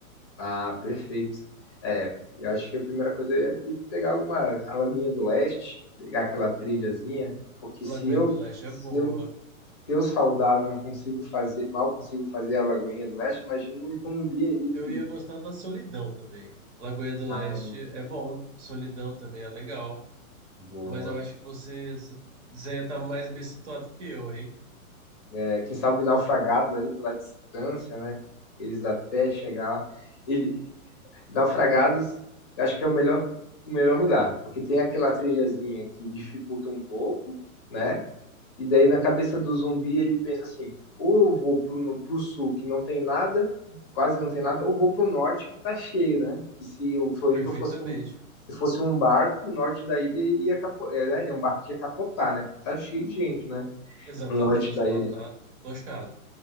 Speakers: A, on the left (about 20°); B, on the right (about 55°).
A: Ah, perfeito. É, eu acho que a primeira coisa é ir pegar alguma a Lagoinha do Leste, pegar aquela trilhazinha, porque
B: Lagoinha
A: se eu,
B: do Leste
A: se
B: é boa.
A: eu, se eu saudável não consigo fazer, mal consigo fazer a Lagoinha do Leste, imagina um zumbi ali que,
B: Eu ia gostar da Solidão também. Lagoinha do
A: ah,
B: Leste é bom, Solidão também é legal,
A: boa.
B: mas eu acho que você, você ia estar mais bem situado que eu, hein?
A: É, quem sabe naufragados ali pela distância, né? Eles até chegar lá. Ele, naufragados, eu acho que é o melhor, o melhor lugar, porque tem aquela trilhazinha que dificulta um pouco, né? E daí na cabeça do zumbi ele pensa assim: ou eu vou pro, no- pro sul que não tem nada, quase não tem nada, ou vou pro norte que tá cheio, né? Que se o Floripa
B: Perfeitamente.
A: fosse um, se fosse um barco, o norte da ilha ia capo, é, né? É um barco que ia capotar, né? Porque tá cheio de gente, né?
B: Exatamente,
A: No norte da
B: lá
A: ilha.
B: tá tochado.